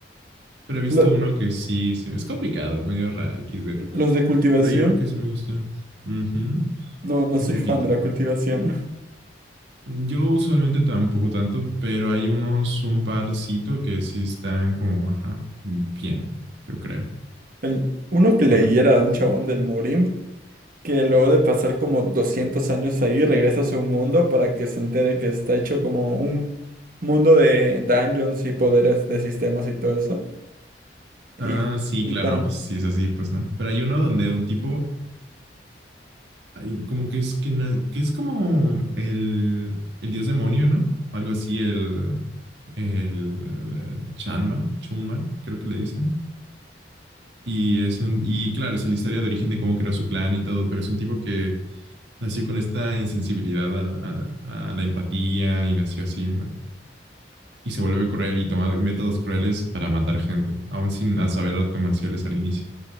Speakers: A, on the right (about 80°); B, on the right (about 50°).
A: pero he visto
B: Lo-
A: uno que sí, sí, es complicado, es medio raro, XD.
B: los de cultivación,
A: Pero hay uno que sí me gusta Ujú,
B: no, no soy
A: un poquito.
B: fan de la cultivación.
A: Yo usualmente tampoco tanto, pero hay unos, un parcito que sí están como, ajá, mm, bien, yo creo.
B: El, uno que leí
A: Por-
B: era de un chabón del Murim, que luego de pasar como 200 años ahí, regresa a su mundo para que se entere que está hecho como un mundo de dungeons y poderes de sistemas y todo eso. Y
A: Ah, sí,
B: juntan,
A: claro, pues
B: pues,
A: sí es así, pues no. Pero hay uno donde un tipo, ay, como que es que, na- que es como el, el dios demonio, ¿no? Algo así, el, el, el Chanma, Chunman, creo que le dicen. Y es un, y claro, es la historia de origen de cómo creó su clan y todo, pero es un tipo que nació con esta insensibilidad a, a- a la empatía y nació así, ¿no? Y se vuelve cruel y toma métodos crueles para matar gente, aún sin a- saber artes marciales al inicio.